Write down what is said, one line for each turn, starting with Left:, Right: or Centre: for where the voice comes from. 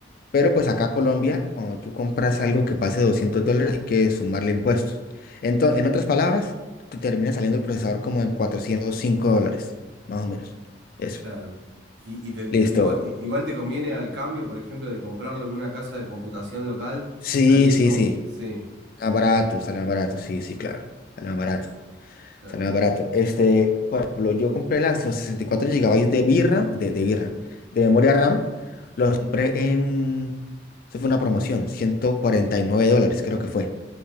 Left: Pero pues acá Colombia, cuando tú compras algo que pase 200 dólares, hay que sumarle impuestos. Entonces, en otras palabras, te termina saliendo el procesador como en 405 dólares, más o menos. Eso.
Right: Claro. Y, y te- te
Left: Listo.
Right: igual, i- igual te conviene al cambio, por ejemplo, de comprarlo en una casa de computación local,
Left: Sí,
Right: salís
Left: sí,
Right: como...
Left: sí.
Right: Sí,
Left: Más barato, sale más barato. Sí, sí, claro. Sale más barato.
Right: claro.
Left: Sale más barato. Este, por ejemplo, yo compré las, los 64 GB de birra, de, de birra, de memoria RAM. Los compré en. Eso fue una promoción, 149 dólares, creo que fue.